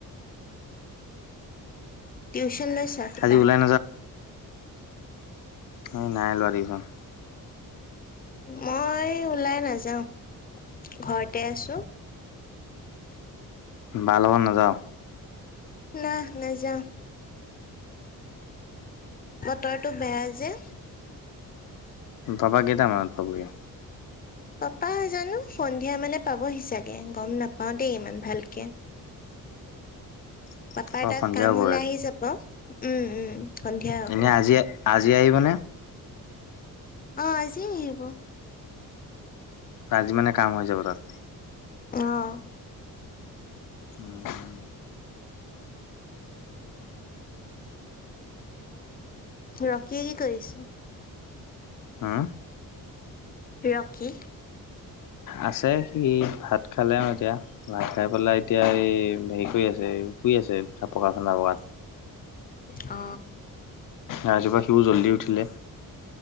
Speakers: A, on the left; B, on the left.
A: কি পছ
B: আজি
A: বা
B: ওলাই স নাই লোৱা দেই মই
A: মই ওলাই নাযাওঁ ঘৰতে আছো।
B: বাৰ লগত নাযাঅ
A: ন নাযাওঁ বতৰটো বেয়া যে
B: ববা কেইটা মানত পাবহি
A: পাপা জানো সন্ধিয়া মানে পাবহি চাগে গম নাপাওঁ দেই ইমান ভালকে
B: <unintelligible>
A: পাপাৰ তাত
B: সন্ধিয়া
A: কাম
B: হ'বগে
A: হলে আহি যাব উম উম সন্ধিয়া হব
B: এনে আজি আজি আহিবনে
A: অ আজিয়ে আহিব
B: আজি মানে কাম হৈ যাব তাত
A: আহ
B: উম উম
A: ৰখিয়ে কি কৰিছে
B: হা
A: ৰকী
B: আছে সি ভাত খালে আৰু এতিয়া ভাত খাই পেলাই এতিয়া এই হেৰি কৰি আছে এই শুই আছে ঠাপকাখানা বগাত
A: অ
B: ৰাতিপুৱা সিও জল্দি উঠিলে